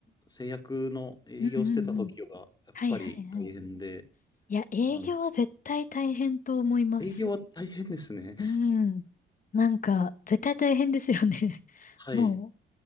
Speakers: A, on the left; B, on the left.
A: 製薬の営業してた時は、
B: うんうんうん。
A: やっぱり大変で、
B: はいはいはい。いや、営業は絶対大変と思います。
A: あの、営業は大変ですね。
B: うん。なんか、絶対大変ですよね。<laughs>
A: はい、
B: もう、